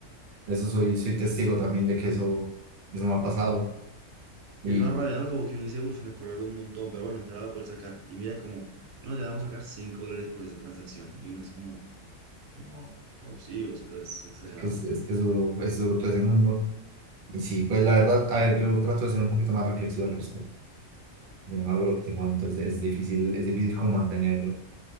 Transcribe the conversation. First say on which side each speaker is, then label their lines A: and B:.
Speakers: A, on the right (about 50°); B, on the right (about 80°).
A: Eso soy, soy testigo también de que eso, eso me ha pasado. Y
B: Y eso es rabia, ¿no? Como que uno dice, uff, me cobraron un montón, pero bueno, ya la voy a poder sacar. Y mira como, no, ya vamos a sacar 5 dólares por esa transacción. Y uno es como, no, qué abusivos, cosas exageradas.
A: es que es, es que es duro, es duro todo ese mundo. Y sí, pues la verdad, a ver, yo trato de ser un poquito más reflexivo al respecto. Sin embargo, lo que tengo entonces es difícil, es difícil como mantenerlo.